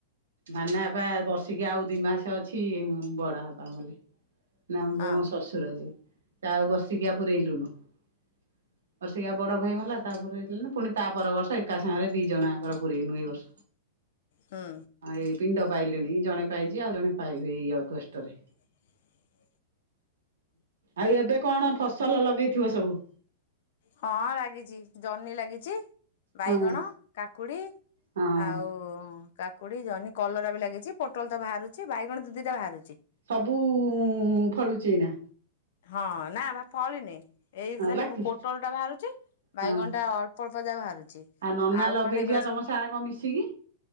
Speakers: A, on the right; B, on the left.
A: ଧାନା ହବା ବର୍ଷିକି, ଆଉ ଦି ମାସ ଅଛି ।ବଡ ବାପା ମଲେ। <unintelligible>
B: ହଁ
A: ଶଶୁର ଯିଏ । ଆଉ ବର୍ସିକି ପୁରଇଲୁନୁ ।ବସିକା ବଡ ଭାଇ ମଲା, ତା ପରେଲ ପୁଣି ତା ପର ବର୍ଷ, ଏକା ସାଙ୍ଗରେ ଦି ଜଣଙ୍କର ପୁରରେଇନୁ, ଏଇ ବର୍ଷ।
B: ହୁଁ
A: ଏଇ ପିଣ୍ଡ ପାଇଲେଣି ।ଜଣେ ପାଇଛି ଆଉ ଜଣେ ପାଇବେ। ଏଇ ଅଗଷ୍ଟରେ।
B: <inaudible>
A: ଆଉ, ଏବେ କଣ ଫସଲ ଲଗେଇଥିବ ସବୁ।
B: ହଁ ଲାଗିଛି। ଜହ୍ନି ଲାଗିଛି। ବାଇଗଣ,
A: ହଁ।
B: କାକୁଡି
A: ହଁ
B: ଆଉ କାକୁଡି, ଜହ୍ନି, କଲରା ବି ଲାଗିଛି ।ପୋଟଲ ତ ବାହାରୁଛି। ବାଇଗଣ ଦି ଦିଟା ବାହାରୁଛି।
A: ସବୁ ଫଳୁଛି ନା।
B: ହଁ, ନା ଫଳିନି ।ଏଇ ଖାଲି
A: ଲାଗି
B: ପୋଟଲ ଟା ବାହାରୁଛି। ବାଇଗଣଟା
A: ହଁ।
B: ଅଳ୍ପ ଯାହା ବାହାରୁଛି।
A: ନନା
B: ଆଉ
A: ଲଗେଇଛି
B: ନହେଲେ ଏଗୁଡ଼ା
A: ବା ତମ
B: ସବୁ
A: ସାଙ୍ଗରେ କଣ ମିଶିକି